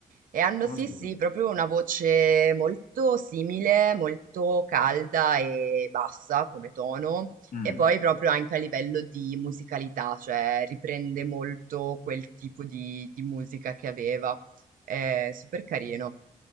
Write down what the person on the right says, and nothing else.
E hanno
sì,
sì, proprio una voce molto simile, molto calda e bassa come tono,
e poi proprio anche a livello di musicalità, cioè riprende molto quel tipo di, di musica che aveva. È super carino.